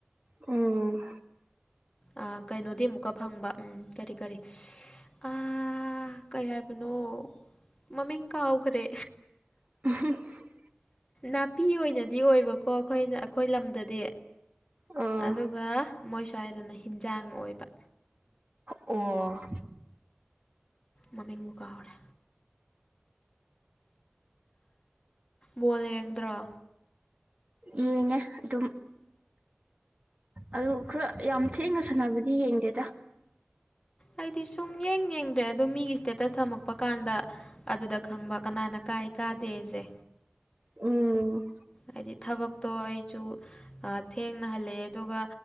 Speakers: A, on the right; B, on the left.
A: ꯎꯝ
B: ꯑ ꯀꯩꯅꯣꯗꯤ ꯑꯃꯨꯛꯀ ꯐꯪꯕ ꯎꯝ ꯀꯔꯤ ꯀꯔꯤ ꯑꯥ ꯀꯩ ꯍꯥꯏꯕꯅꯣ ꯃꯃꯤꯡ ꯀꯥꯎꯈꯔꯦ
A: <unintelligible>
B: ꯅꯥꯄꯤ ꯑꯣꯏꯅꯗꯤ ꯑꯣꯏꯕꯀꯣ ꯑꯩꯈꯣꯏꯅ ꯑꯩꯈꯣꯏ ꯂꯝꯗꯗꯤ
A: ꯑꯣ
B: ꯑꯗꯨꯒ ꯃꯣꯏ ꯁ꯭ꯋꯥꯏꯗꯅ ꯍꯤꯟꯖꯥꯡ ꯑꯣꯏꯕ
A: ꯑꯣ
B: ꯃꯃꯤꯡꯕꯨ ꯀꯥꯎꯔꯦ ꯕꯣꯜ ꯌꯦꯡꯗ꯭ꯔꯥ
A: ꯌꯦꯡꯉꯦ ꯑꯗꯨꯝ ꯑꯗꯨ ꯈꯔ ꯌꯥꯝ ꯊꯦꯡꯅ ꯁꯥꯟꯅꯕꯗꯤ ꯌꯦꯡꯗꯦꯗ
B: ꯑꯩꯗꯤ ꯁꯨꯡ ꯌꯦꯡ ꯌꯦꯡꯗ꯭ꯔꯦ ꯑꯗꯣ ꯃꯤꯒꯤ ꯏꯁꯇꯦꯇꯁ ꯊꯝꯃꯛꯄ ꯀꯥꯟꯗ ꯑꯗꯨꯗ ꯈꯪꯕ ꯀꯅꯥꯅ ꯀꯥꯏ ꯀꯥꯗꯦꯖꯦ
A: ꯎꯝ
B: ꯍꯥꯏꯗꯤ ꯊꯕꯛꯇꯣ ꯑꯩꯖꯨ ꯑ ꯊꯦꯡꯅ ꯍꯜꯂꯛꯑꯦ ꯑꯗꯨꯒ